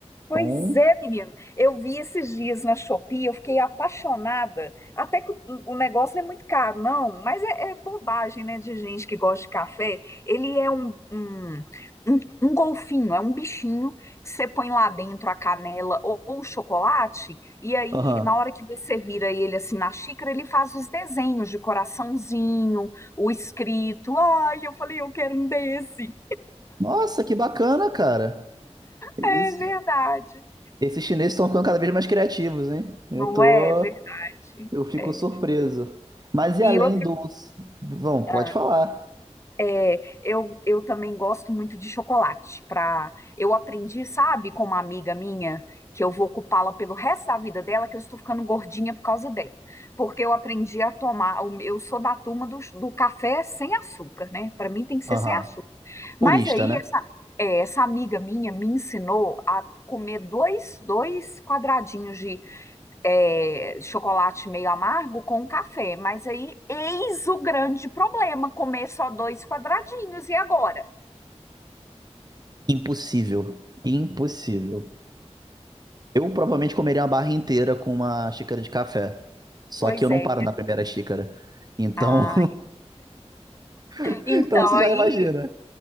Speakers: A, on the left; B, on the right.
A: Pois
B: Então,
A: é, menino. Eu vi esses dias na Shopee, eu fiquei apaixonada. Até que o, o negócio não é muito caro, não, mas é, é bobagem, né, de gente que gosta de café. Ele é um, um, um, um golfinho, é um bichinho que você põe lá dentro a canela ou, ou o chocolate, e aí,
B: aham.
A: na hora que você vira ele assim na xícara, ele faz os desenhos de coraçãozinho, o escrito. Ai, eu falei, eu quero um desse.
B: Nossa, que bacana, cara. Isso-
A: É verdade.
B: esses chineses estão ficando cada vez mais criativos, hein? Eu
A: Não
B: tô,
A: é verdade.
B: eu fico
A: É.
B: surpreso. Mas e além
A: E outra,
B: dos, vão, pode
A: ah,
B: falar.
A: é, eu, eu também gosto muito de chocolate. Pra, eu aprendi, sabe, com uma amiga minha, que eu vou ocupá-la pelo resto da vida dela, que eu estou ficando gordinha por causa dela. Porque eu aprendi a tomar, o- eu sou da turma do, do café sem açúcar, né? Para mim tem que ser
B: Aham.
A: sem açúcar.
B: Purista,
A: Mas aí,
B: né?
A: essa, é, essa amiga minha me ensinou a comer dois, dois quadradinhos é, chocolate meio amargo com café. Mas aí, eis o grande problema: comer só dois quadradinhos. E agora?
B: Impossível. Impossível. Eu provavelmente comeria uma barra inteira com uma xícara de café. Só
A: Pois
B: que eu não
A: é.
B: paro
A: e-
B: na primeira xícara. Então,
A: Ai.
B: <laughs>
A: Então,
B: então você já
A: aí.
B: imagina.